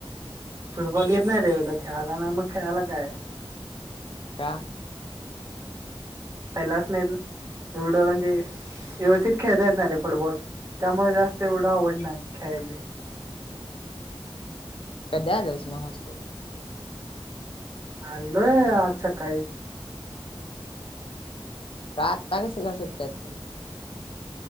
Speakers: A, on the right; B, on the left.
A: फुटबॉल येत नाही रे एवढं खेळाला. नाही मग खेळाला काय.
B: का
A: पहिल्यापासून येत नाही. एवढं म्हणजे व्यवस्थित खेळता येत नाहीरे फुटबॉल. त्यामुळे जास्त एवढं आवड नाही खेळायची.
B: कधी आलास मग हॉस्टेलवरन.
A: अलोय आज सकाळी.
B: हा आता कसला सुट्ट्यात खर तुला.